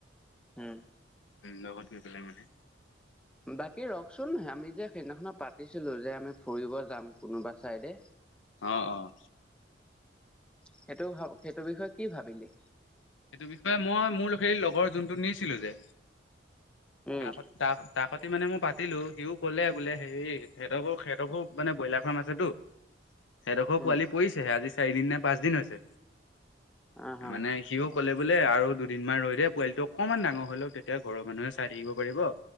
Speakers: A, in the centre; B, on the left.
A: উম।
B: ভিন লগত লৈ পেলাই মানে।
A: বাকী ৰকচোন আমি যে সেইদিনাখনত পাতিছিলো যে আমি ফুৰিব যাম কোনোবা চাইডে।
B: অঁহ অঁ।
A: সেইটো ভাব সেইটো বিষয়ে কি ভাবিলি।
B: সেইটো বিষয়ে মই মোৰ সেই লগৰ যোনটো নিছিলো যে
A: উম
B: ত তাক। তাকতি মানে মই পাতিলো সিওঁ ক'লে বোলে হে সিহঁতকো সিহঁতকো মানে ব্ৰইলাৰ ফাৰ্ম আছেতো। সেইডোখৰ
A: উম
B: পোৱালি পৰিছেহে আজি চাৰিদিন নে পাঁচদিন হৈছে
A: অ হ
B: মানে সিও। ক'লে বোলে আৰু দুদিনমান ৰৈ দে পোৱালিটো অকনমান ডাঙৰ হৈ লওঁক তেতিয়া ঘৰৰ মানুহে চাই থাকিব পাৰিব।